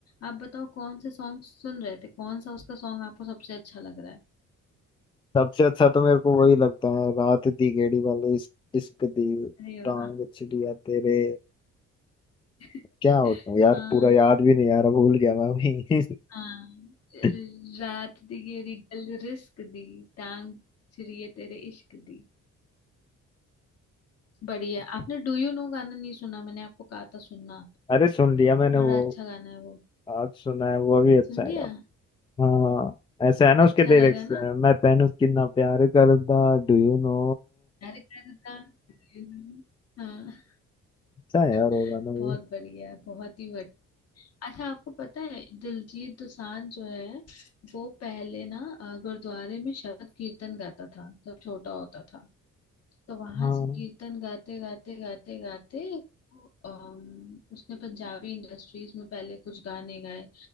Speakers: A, on the left (about 55°); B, on the left (about 15°).
A: आप बताओ कौन से सॉन्ग सुन रहे थे कौन सा उसका सॉन्ग आपको सबसे अच्छा लग रहा है
B: सबसे अच्छा तो मेरे को वही लगता है रात दी गेड़ी वाले इस- इश्क दी
A: अरे
B: टांग
A: वाह
B: छिड़िया तेरे
A: <laughs>
B: क्या होता है यार
A: हाँ
B: पूरा याद भी नहीं यार भूल गया मैं अभी
A: हाँ
B: <laughs>
A: रात दी गेरी गल रिस्क दी टांग छिड़िए तेरे इश्क दी बढ़िया आपने डू यू नो गाना नहीं सुना मैंने आपको कहा था सुनना आप
B: अरे सुन लिया मैंने
A: बड़ा
B: वो
A: अच्छा गाना है वो
B: आज सुना है वो भी अच्छा
A: सुन
B: है
A: लिया
B: यार हाँ ऐसे है ना
A: अच्छा
B: उसके लिरिक्स
A: लगा ना
B: मैं तेनू कितना प्यार करदा डू यू नो
A: प्यार करता Do you know? हाँ
B: अच्छा है यार
A: बहुत
B: वो गाना भी
A: बढ़िया बहुत ही बढ़िया अच्छा आपको पता है दिलजीत दोसांझ जो है वो पहले ना अ, गुरुद्वारे में शबद कीर्तन गाता था जब छोटा होता था तो वहां
B: हाँ
A: से कीर्तन गाते गाते गाते गाते अम, उसने पंजाबी इंडस्ट्रीज में पहले कुछ गाने गाए